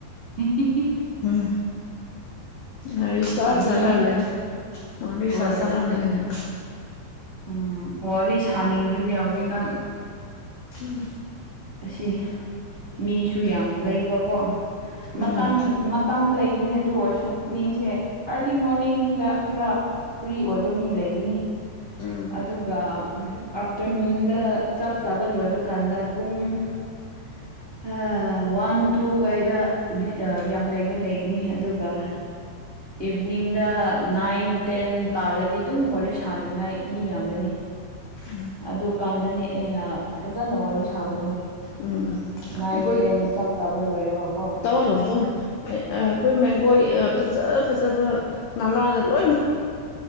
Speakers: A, on the right (about 85°); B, on the left (about 75°).
A: <unintelligible>
B: ꯍꯝ ꯋꯥꯔꯤ ꯁꯥ
A: ꯃꯤ
B: ꯁꯥꯔꯥ ꯂꯩ ꯋꯥꯔꯤ
A: ꯍꯣꯏ
B: ꯁꯥ ꯁꯥꯔꯥ ꯂꯤꯌꯦꯅꯦ ꯑꯗꯨꯝ꯫
A: ꯎꯝ ꯋꯥꯔꯤ ꯁꯥꯅꯤꯡꯔꯤꯅꯦ ꯍꯧꯖꯤꯛꯀꯥꯟ꯫
B: <unintelligible>
A: ꯑꯁꯤ ꯃꯤꯁꯨ ꯌꯥꯝ ꯂꯩꯕꯀꯣ ꯃꯇꯝ
B: ꯎꯝ
A: ꯃꯠ ꯇꯝ ꯂꯩꯕꯅꯦ ꯑꯗꯨ ꯑꯣꯏꯔꯁꯨ ꯃꯤꯁꯦ ꯑꯔꯂꯤ ꯃꯣꯔꯅꯤꯡꯗ ꯈꯔ ꯐ꯭ꯔꯤ ꯑꯣꯏꯕ ꯃꯤ ꯂꯩꯒꯅꯤ꯫
B: ꯎꯝ
A: ꯑꯗꯨꯒ ꯑꯥꯐꯇ꯭ꯔꯅꯨꯟꯗ ꯆꯥꯛ ꯆꯥꯕ ꯂꯣꯏꯕ ꯀꯥꯟꯗ ꯄꯨꯡ <unintelligible> ꯍꯥ ꯋꯥꯟ ꯇꯨ ꯒꯥꯏꯗ ꯕꯤ ꯑ ꯌꯥꯝ ꯂꯩꯕ ꯂꯩꯒꯅꯤ ꯑꯗꯨꯒ꯫ ꯏꯚꯤꯟꯅꯤꯡꯗ ꯅꯥꯏꯟ ꯇꯦꯟ ꯇꯥꯔꯗꯤ ꯑꯗꯨꯝ ꯋꯥꯔꯤ ꯁꯥꯅꯤꯡꯉꯥꯏ ꯃꯤ ꯌꯥꯝꯕꯅꯤ꯫
B: <unintelligible>
A: ꯑꯗꯨꯀꯥꯟꯗꯅꯦ ꯑꯩꯅ ꯐꯖꯟꯅ ꯋꯥꯔꯤ ꯁꯥꯕꯗꯣ꯫
B: ꯎꯝ
A: ꯅꯥꯏꯟ
B: ꯑꯩꯈꯣꯏꯒꯤ
A: ꯇꯦꯟ ꯆꯥꯛ ꯆꯥꯕ ꯂꯣꯏꯔꯒꯀꯣ
B: <unintelligible> ꯑꯩꯈꯣꯏ ꯑꯥ ꯃꯦꯝꯈꯣꯏ ꯐꯖꯥ ꯐꯖꯕ ꯃꯥꯅꯅꯥ ꯂꯣꯏꯝ